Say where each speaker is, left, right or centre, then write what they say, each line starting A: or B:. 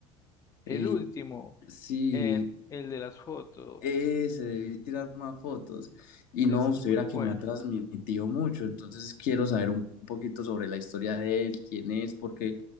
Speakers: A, on the left; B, on the left.
A: el
B: Eh,
A: último,
B: sí,
A: el, el de las fotos,
B: Ese, debí tirar más fotos. Y
A: ese
B: no,
A: es
B: usted
A: muy
B: verá
A: bueno,
B: que me ha transmitido mucho, entonces quiero saber un poquito sobre la historia de él, quién es, porque